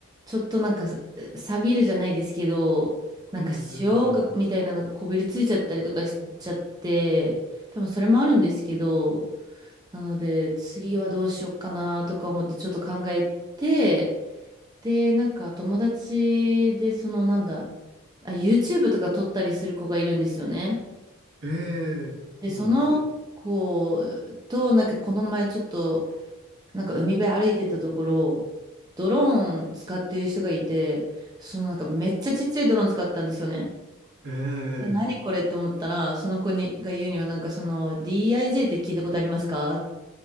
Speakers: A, on the right; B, on the right.
A: ちょっとなんか、錆びるじゃないですけど、なんか塩が、
B: うんうんうん。
A: みたいなのがこびりついちゃったりとかしちゃって、多分それもあるんですけど、なので、次はどうしようかなとか思ってちょっと考えて、で、なんか友達で、そのなんだ、あ、YouTube とか撮ったりする子がいるんですよね。
B: ええそうなんですね。
A: で、その子と、なんかこの前ちょっと、なんか海辺歩いてたところ、ドローン使ってる人がいて、そのなんかめっちゃちっちゃいドローン使ったんですよね。
B: ええ
A: で、何これって思ったら、その子にが言うには、なんかその DIJ って聞いたことありますか